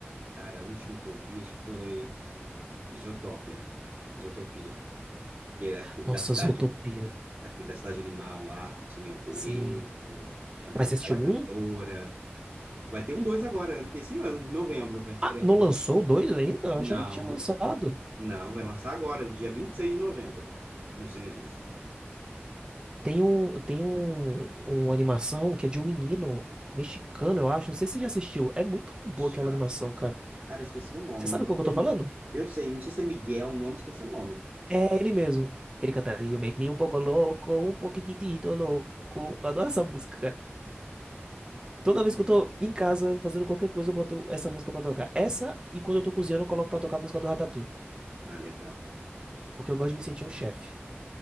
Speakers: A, on the right; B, on the right.
A: cara, a última que eu vi acho que foi Zootopia, Zootopia. Que era aquele
B: Nossa,
A: da cidade,
B: Zootopia.
A: aquele da cidade animal lá que tinha o coelho,
B: Sim.
A: a a gazela
B: Mas você assistiu
A: cantora.
B: um?
A: Vai ter um dois agora, ano que esse ano, em novembro, vai estrear
B: Ah, não
A: o
B: lançou
A: dois.
B: o dois ainda? Eu
A: Não,
B: achava que tinha lançado.
A: Não, vai lançar agora, dia 26 de novembro, nos cinemas.
B: Tem um, tem um, uma animação que é de um menino mexicano, eu acho. Não sei se você já assistiu. É muito boa
A: Já.
B: aquela animação, cara.
A: Cara, eu esqueci o nome.
B: Você sabe
A: Não sei
B: o que eu
A: se
B: tô
A: é Mi...
B: falando?
A: Eu sei, não sei se é Miguel o nome, esqueci o nome.
B: É ele mesmo. Ele canta You Make Me Um Pouco Louco, Um Pouquitito Louco. Eu adoro essa música, cara. Toda vez que eu tô em casa fazendo qualquer coisa, eu boto essa música pra tocar. Essa, e quando eu tô cozinhando, eu coloco pra tocar a música do Ratatouille.
A: Ah, legal.
B: Porque eu gosto de me sentir um chefe.